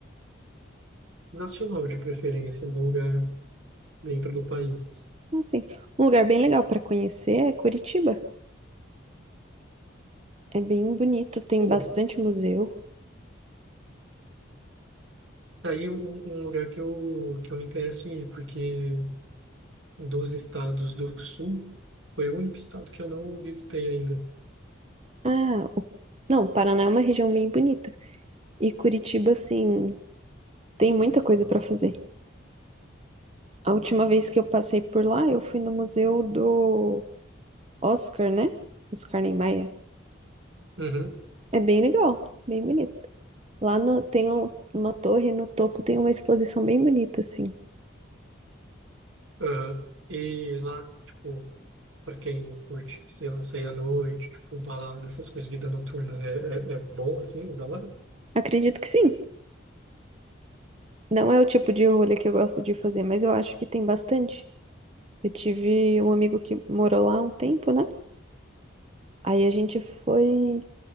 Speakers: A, on the right; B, on the right.
A: nacional de preferência, algum lugar dentro do país.
B: Ah, sim. um lugar bem legal pra conhecer é Curitiba. É bem bonito, tem
A: Pô,
B: bastante museu.
A: tá aí um, um lugar que eu, que eu me interesso em ir, porque dos estados do sul, foi o único estado que eu não visitei ainda.
B: Ah, o- não, Paraná é uma região bem bonita. E Curitiba, assim, tem muita coisa pra fazer. A última vez que eu passei por lá, eu fui no museu do Oscar, né? Oscar Niemeyer.
A: Uhum,
B: É bem legal, bem bonito. Lá no- tem um- uma torre, no topo tem uma exposição bem bonita, assim.
A: aham. E lá, tipo, pra quem curte, sei lá, sair à noite, tipo, um balada, essas coisas, vida noturna, é, é, é bom, assim, é da hora?
B: Acredito que sim. Não é o tipo de rolê que eu gosto de fazer, mas eu acho que tem bastante. Eu tive um amigo que morou lá um tempo, né? Aí a gente foi,